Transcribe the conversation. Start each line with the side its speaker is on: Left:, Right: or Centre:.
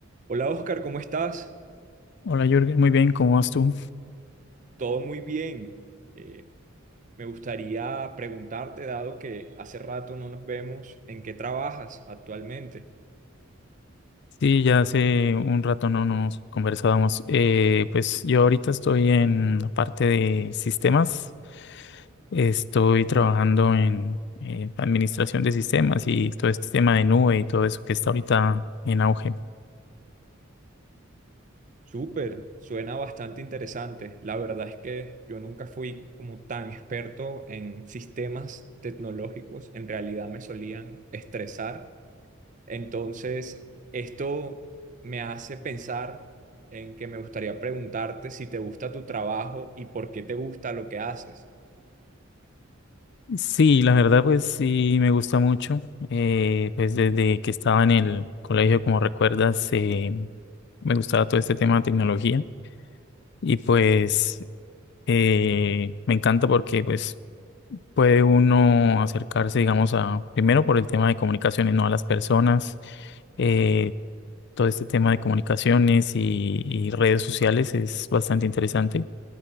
Right: Hola Oscar, ¿cómo estás?
Left: Hola Jürgen, muy bien, ¿cómo vas tú?
Right: Todo muy bien. Eh, me gustaría preguntarte, dado que hace rato no nos vemos, ¿en qué trabajas actualmente?
Left: Sí, ya hace un rato no No nos conversábamos. Eh, pues yo ahorita estoy en la parte de sistemas, estoy trabajando en eh, administración de sistemas y todo este tema de nube y todo eso que está ahorita en auge.
Right: Súper, suena bastante interesante. La verdad es que yo nunca fui como tan experto en sistemas tecnológicos. En realidad me solían estresar. Entonces, esto me hace pensar en que me gustaría preguntarte si te gusta tu trabajo y por qué te gusta lo que haces.
Left: Sí, la verdad pues sí me gusta mucho. Eh, pues desde que estaba en el colegio, como recuerdas, eh, me gustaba todo este tema de tecnología. Y pues Eh, me encanta porque pues puede uno acercarse, digamos, a primero por el tema de comunicaciones, no a las personas. Eh, todo este tema de comunicaciones y, y redes sociales es bastante interesante.